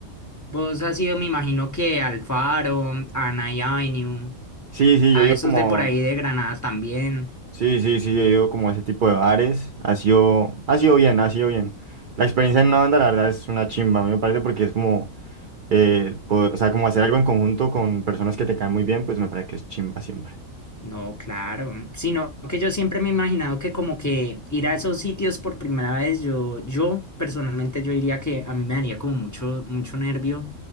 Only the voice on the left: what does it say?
Vos has ido, me imagino que al Faro, a Night Avenue,
a
esos
de por ahí de Granada también.
No, claro, sino que yo siempre me he imaginado que como que ir a esos sitios por primera vez, yo, yo personalmente yo diría que a mí me daría como mucho, mucho nervio.